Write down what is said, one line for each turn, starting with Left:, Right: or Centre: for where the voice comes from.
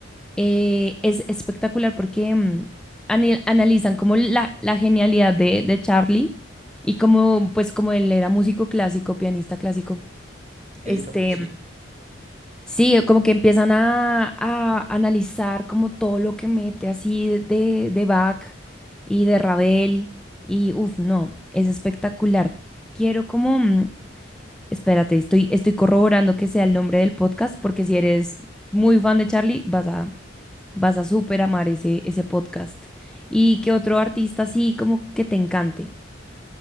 Centre: eh, es espectacular porque mm, ani- analizan como la, la genialidad de, de Charlie y como, pues como él era músico clásico, pianista clásico,
Right: Él
Centre: este,
Right: era, sí.
Centre: Sí, como que empiezan a, a analizar como todo lo que mete así de, de Bach y de Ravel y uff, no, es espectacular. Quiero como, mm, espérate, estoy, estoy corroborando que sea el nombre del podcast porque si eres muy fan de Charlie vas a, vas a súper amar ese, ese podcast. ¿Y qué otro artista así como que te encante?